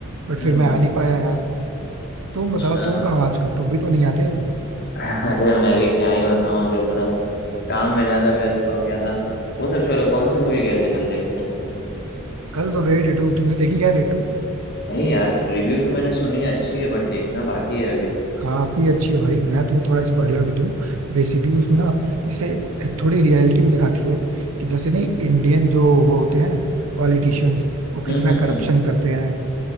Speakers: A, on the right; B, on the left.
A: बट
B: हम्म
A: फिर मैं
B: हम्म,
A: आ नहीं पाया यार तुम
B: अच्छा
A: बताओ तुम कहाँ हो आजकल तुम भी तो नहीं आते
B: <laughs> अरे मैं भी क्या ही बताऊँ इधर थोड़ा काम में ज्यादा व्यस्त हो गया था वो सब छोड़ो कौन सी मूवी गए थे कल देखने
A: कल तो रेड टू तुमने देखी क्या रेड टू
B: नहीं यार रिव्यू तो मैंने सुनी है, अच्छी है बट देखना बाकी है अभी
A: काफी अच्छी है भाई मैं तुम्हें थोड़ा स्पॉइलर दे दूं बेसिकली उसमें ना जैसे थोड़ी रियलिटी भी दिखाती है कि जैसे नहीं इंडियन जो वो होते हैं पॉलिटिशियंस वो
B: हम्म
A: कितना
B: हम्म
A: करप्शन
B: हम्म
A: करते हैं